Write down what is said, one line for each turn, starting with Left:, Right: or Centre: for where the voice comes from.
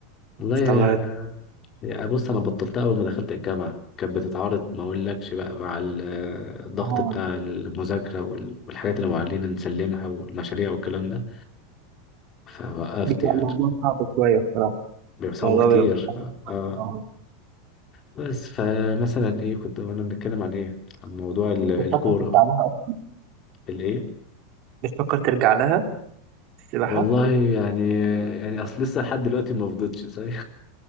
Left: والله
Right: ما استمرت
Left: يا يا بص انا بطلتها اول ما دخلت الجامعه كانت بتتعارض ما اقولكش بقى مع ال- آه، الضغط
Right: آه،
Left: بتاع المذاكره وال- والحاجات اللي معلنا نسلمها والمشاريع والكلام ده فوقفت
Right: بيبقى
Left: يعني
Right: الموضوع صعب شوية الصراحة
Left: بيبقى صعب
Right: الموضوع
Left: كتير
Right: بيبقى صعب.
Left: اه آه.
Right: آه.
Left: بس فمثلا ايه كنت وانا بنتكلم عن ايه عن موضوع ال- الكورة
Right: بتفكر ترجع لها أصلا؟
Left: الايه
Right: بتفكر ترجع لها السباحة؟
Left: والله يعني يعني اصل لسه لحد دلوقتي ما فضتش زي